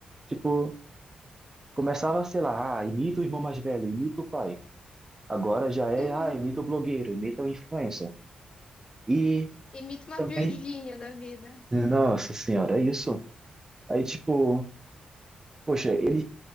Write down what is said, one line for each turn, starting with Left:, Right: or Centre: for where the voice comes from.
Right: Tipo, começava, sei lá, ah, imita o irmão mais velho, imita o pai. Agora já é,
Left: Uhum.
Right: ah, imita o blogueiro, imita o influencer. E
Left: Imita uma
Right: também,
Left: Virgínia da vida.
Right: nossa senhora, é isso. Aí, tipo, poxa, ele.